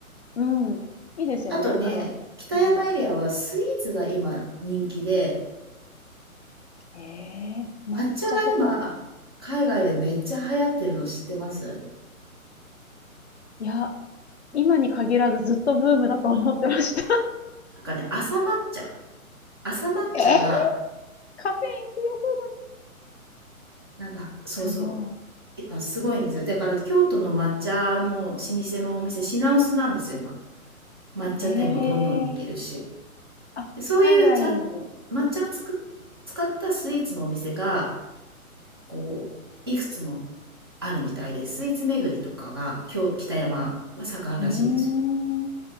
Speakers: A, on the left; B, on the right.
A: うん。いいですよね。
B: あとね、
A: あの、
B: 北山エリアはスイーツが今人気で、
A: うん。へえ、抹茶とか
B: 抹茶が今、海外でめっちゃ流行ってるの知ってます？
A: いや、今に限らずずっとブームだと思ってました。
B: なんかね、朝抹茶朝抹茶が、
A: <laughs> えーカフェイ
B: なんかそうそう
A: ン強そうだな。すご
B: 今すごいんですよ。だから京都の抹茶の老舗のお店、品薄なんですよ、今。抹茶店もどんどんできるし。
A: い。へえ。あ、
B: で、そういう、
A: 海外に。
B: ま抹茶をつく使ったスイーツのお店が、こう、いくつもあるみたいで、スイーツ巡りとかが、き北山は盛んらしいんですよ。
A: うーん。